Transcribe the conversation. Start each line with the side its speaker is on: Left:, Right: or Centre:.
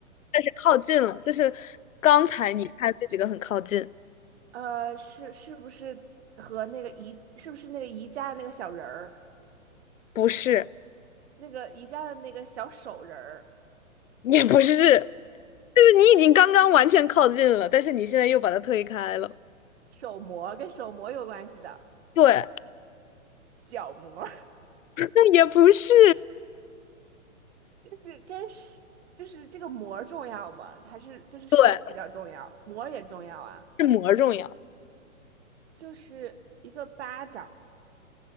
Left: 但是靠近了，就是刚才你看这几个很靠近，
Right: 呃，是是不是和那个宜是不是那个宜家的那个小人儿，
Left: 不是，
Right: 那个宜家的那个小手人儿，
Left: 也不是，就是你已经刚刚完全靠近了，但是你现在又把它推开了。
Right: 手模跟手模有关系的，
Left: 对，
Right: 脚模
Left: 那也不是，
Right: <laughs> 就是跟是就是这个模儿重要吗？还是就是手比较重要，
Left: 对，
Right: 模儿也重要啊？
Left: 是膜重要，
Right: 就是一个巴掌，